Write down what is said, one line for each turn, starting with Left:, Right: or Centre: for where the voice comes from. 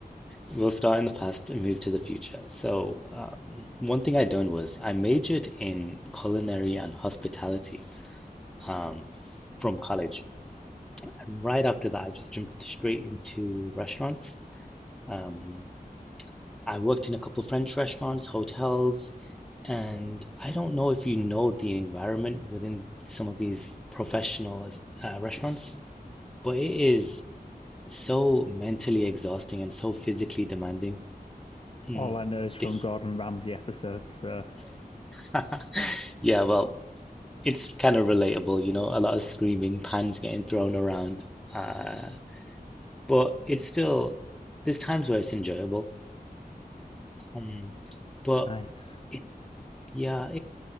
Centre: we'll start in the past and move to the future. So, um, one thing I'd done was I majored in culinary and hospitality, um, s- from college. And right after that,
Left: Nice.
Centre: I just jumped straight into restaurants. Um, I worked in a couple French restaurants, hotels, and I don't know if you know the environment within some of these professional uh, restaurants, but it is so mentally exhausting and so physically demanding. Mm,
Left: All I know is from
Centre: the-
Left: Gordon Ramsay episodes, so
Centre: <laughs> yeah, well, it's kind of relatable, you know, a lot of screaming, pans getting thrown around. Uh, but it's still, there's times where it's enjoyable. Um,
Left: <laughs>
Centre: but
Left: nice.
Centre: it's, yeah,